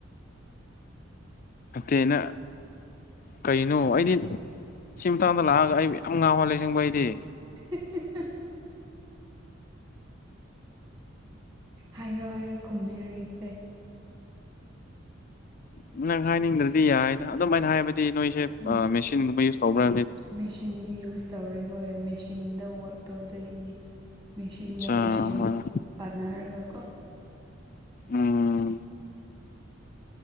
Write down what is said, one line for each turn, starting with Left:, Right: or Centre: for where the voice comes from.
Left: ꯇꯩꯩꯅ ꯀꯩꯅꯣ ꯑꯩꯗꯤ ꯁꯤ ꯃꯇꯥꯡꯗ ꯂꯥꯛꯑꯒ ꯑꯩ ꯌꯥꯝ ꯉꯥꯎꯍꯜꯂꯦꯁꯤꯡꯕ ꯑꯩꯗꯤ
Right: ꯍꯤ ꯍꯤ ꯍꯥꯏꯔꯥꯏ ꯈꯨꯝꯕꯤꯔꯁꯦ
Left: ꯅꯪ ꯍꯥꯏꯅꯤꯡꯗ꯭ꯔꯗꯤ ꯌꯥꯏꯗ ꯑꯗꯨꯝꯥꯏꯅ ꯍꯥꯏꯕꯗꯤ ꯅꯣꯏꯁꯦ
Right: ꯎꯝ
Left: ꯃꯦꯆꯤꯟꯒꯨꯝꯕ ꯌꯨꯁ ꯇꯧꯕ꯭ꯔ
Right: ꯃꯦꯆꯤꯟꯗꯤ ꯌꯨꯁ ꯇꯧꯔ ꯍꯣꯏ ꯃꯦꯆꯤꯟꯗ ꯋꯛ ꯇꯧꯗꯣꯏꯅꯤ ꯃꯦꯆꯤꯟꯒ
Left: ꯑꯠꯆꯥ
Right: ꯄꯦꯁꯦꯟ
Left: ꯍꯣꯏ
Right: ꯄꯥꯟꯅꯔꯒ ꯀꯣ <inaudible>
Left: ꯎꯝ